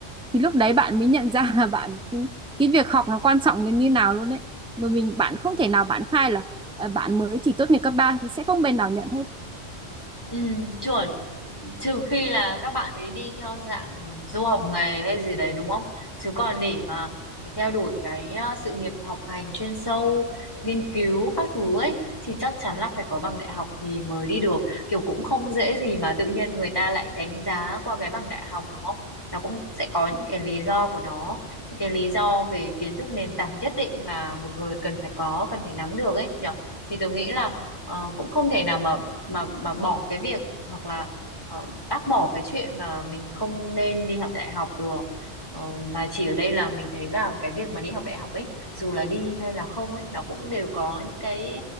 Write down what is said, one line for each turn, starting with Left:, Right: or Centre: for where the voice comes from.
Centre: thì lúc đấy bạn mới nhận ra <laughs> là bạn cái, cái việc học nó quan trọng đến như nào luôn đấy mà mình bạn không thể nào bạn khai là ờ, bạn mới chỉ tốt nghiệp cấp 3 thì sẽ không bên nào nhận hết
Left: Ừ, chuẩn. Trừ khi là các bạn ấy đi theo dạng du học nghề hay gì đấy đúng không? Chứ còn để mà theo đuổi cái ờ, sự nghiệp học hành chuyên sâu, nghiên cứu các thứ ấy thì chắc chắn là phải có bằng đại học thì mới đi được. Kiểu cũng không dễ gì mà tự nhiên người ta lại đánh giá qua cái bằng đại học đúng không? Nó cũng sẽ có những cái lý do của nó, những cái lý do về kiến thức nền tảng nhất định mà một người cần phải có, cần phải nắm được ấy nhở Thì tôi nghĩ là Ờ, cũng không thể nào mà mà mà bỏ cái việc hoặc là ờ, bác bỏ cái chuyện mà mình không nên đi học đại học được Ờ, mà chỉ ở đây là mình thấy là cái việc mà đi học đại học ấy dù là đi hay là không ấy nó cũng đều có những cái